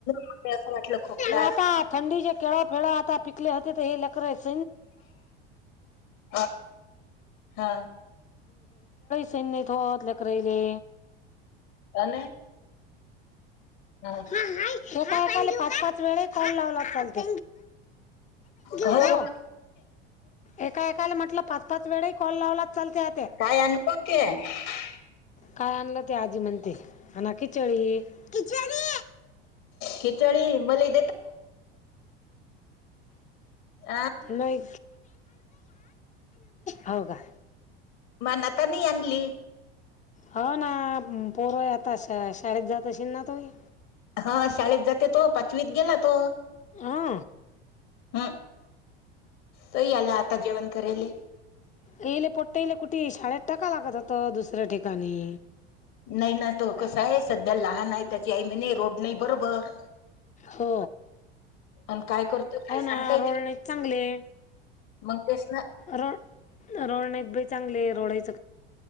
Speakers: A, on the left (about 60°); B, on the left (about 25°).
A: मला असं वाटलं खोकला
B: आता थंडीचे केळ फळ आता पिकले होते तर हे लकर आहे. <unintelligible>
A: हा, हा.
B: सन नाही त होत लकरइले.
A: अन? हा.
B: एका एकाले पाच पाच वेळे कॉल लावला चालतो
A: हो
B: हॅलो.
A: हो
B: एका एकाला म्हटलं पाच पाच वेळाही कॉल लावलात चालत आत्या.
A: काय <unintelligible>
B: काय आणलं ते आजी <unintelligible> <unintelligible>
A: खचळे मले आ,
B: नाही हो का
A: मनातानी आणली
B: हो ना पोर आता शाळेत जातशील ना तुही
A: हा शाळेत जाते तो पाचवीत गेला तो
B: हा
A: हम् तही आला आता जेवण करायले.
B: येले पट्टईले कुठे शाळेत टाका लागत होता दुसऱ्या ठिकाणी
A: नाही ना तो कस आहे सध्या लहान आहे त्याची आई म्हणे रोड नाही बरोबर
B: हो
A: आणि काय करतो
B: हो
A: काय सांगता
B: ना
A: येते
B: रळ नाही चांगले
A: मग तेच ना
B: र रोड नाहीत बाई चांगले रोडय